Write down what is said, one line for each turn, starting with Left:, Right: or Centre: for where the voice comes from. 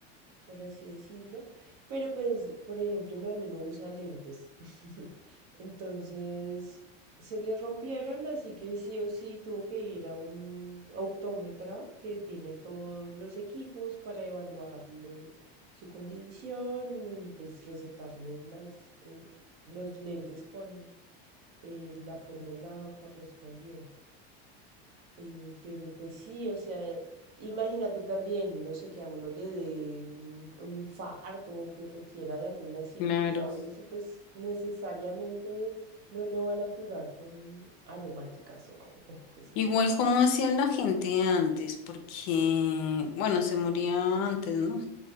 Right: por así decirlo. Pero pues, por ejemplo, mi amigo usa lentes. <laughs> Entonces, se le rompieron, así que sí o sí tuvo que ir a un optómetra que tiene todos los equipos para evaluarle su condición y pues recetarle las, eh, los lentes con eh, la fórmula correspondiente. Eh, pero pues sí, o sea, imagínate también, no sé, que a uno le dé un un infarto o que requiera de alguna cirugía
Left: Claro.
Right: o algo así, pues necesariamente no lo van a curar con aromáticas o, <laughs> o cosas
Left: Igual
Right: así.
Left: como hacía la gente antes, porque, bueno, se moría antes, ¿no?